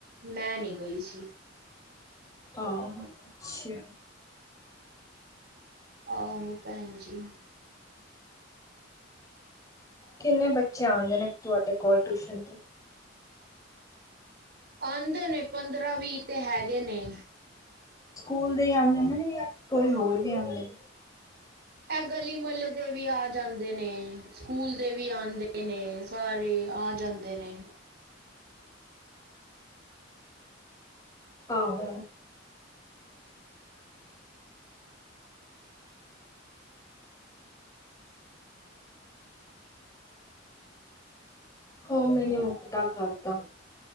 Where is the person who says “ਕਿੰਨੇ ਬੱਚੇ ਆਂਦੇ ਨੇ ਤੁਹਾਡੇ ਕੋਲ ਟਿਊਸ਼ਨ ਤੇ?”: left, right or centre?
Left